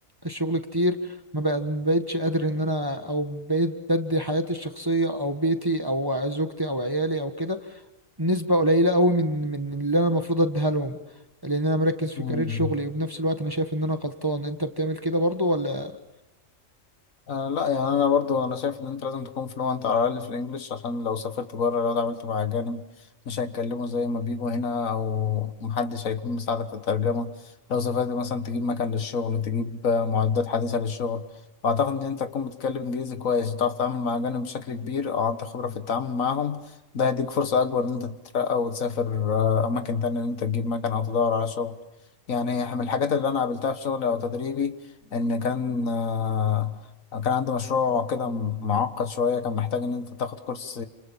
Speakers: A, on the right; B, on the left.
A: الشغل كتير ما بق- ما بقتش قادر ان انا او بقيت بدي حياتي الشخصيه او بيتي او زوجتي او عيالي او كده نسبه قليله قوي من من اللي انا المفروض اديها لهم لان انا مركز في
B: م-
A: كارير
B: م.
A: شغلي وبنفس الوقت انا شايف ان انا غلطان انت بتعمل كده برضو ولا
B: آه لا يعني انا برضو انا شايف ان انت لازم تكون فلوانت على الاقل في الانجليش عشان لو سافرت بره لو اتعاملت مع اجانب مش هيتكلموا زي ما بيجوا هنا او محدش هيكون مساعدك في الترجمه لو سافرت مثلا تجيب مكان للشغل تجيب آه، معدات حديثه للشغل فاعتقد ان انت تكون بتتكلم انجليزي كويس وتعرف تتعامل مع اجانب بشكل كبير او عندك خبره في التعامل معاهم ده هيديك فرصه اكبر ان انت تترقى وتسافر آه، اماكن تانية ان انت تجيب مكان او تدور على شغل يعني من الحاجات اللي انا قابلتها في شغلي او تدريبي ان كان آه، أنا كان عندي مشروع كده م- معقد شوية كان محتاج إن أنت تاخد كورس